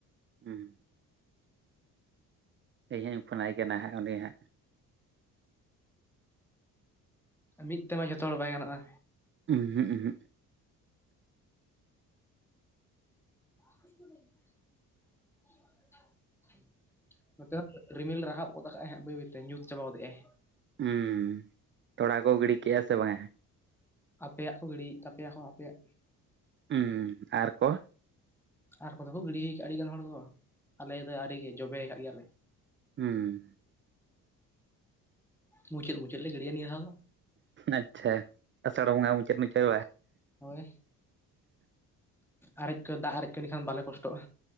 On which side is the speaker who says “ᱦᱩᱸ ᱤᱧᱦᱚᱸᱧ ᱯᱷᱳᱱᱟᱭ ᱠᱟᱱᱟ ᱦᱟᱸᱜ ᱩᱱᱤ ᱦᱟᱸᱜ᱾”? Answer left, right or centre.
Right